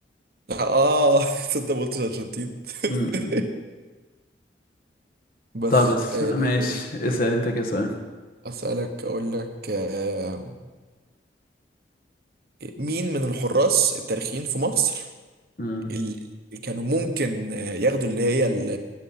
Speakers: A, on the right (about 55°); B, on the left (about 50°).
A: اه <laughs> تصدق ما قلتش ارجنتين <laughs>
B: امم أمم.
A: بس
B: طب اس-
A: آه،
B: ماشي
A: آه،
B: اسأل انت كده سؤال
A: اسالك اقول لك آه، مين من الحراس التاريخيين في مصر
B: امم
A: اللي كانوا ممكن آه، ياخدوا اللي هي ال-